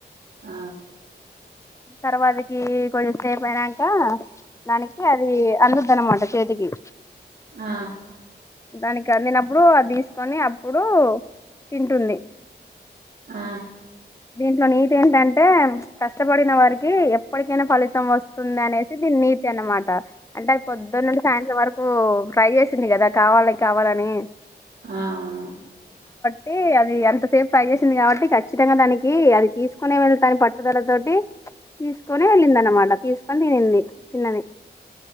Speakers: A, on the right (about 75°); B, on the left (about 15°).
A: ఆ
B: తర్వాతకి కొంచెం సేపు అయినాక దానికి అది అందదు అన్నమాట చేతికి
A: ఆ
B: దానికి అందినప్పుడు అది తీసుకొని అప్పుడు తింటుంది.
A: ఆ
B: దీంట్లో నీతి ఏంటంటే కష్టపడిన వారికి ఎప్పటికైనా ఫలి తం వస్తుంది అనేసి దీని నీ అన్నమాట అంటే అది పొద్దునింటి సాయంత్రం వరకు కు ట్రై చేసింది కదా కావాలి కావాలని
A: ఆవును
B: టి అది ఎంత సేపు ట్రై చేసింది కాబట్టి ఖచ్చితంగా దానికి ది అది తీసుకునే వెళతా అని పట్టుదల తోటి తీసుకొనే వెళ్ళింది అన్నమాట తీసుకొని తినింది తిన్నది.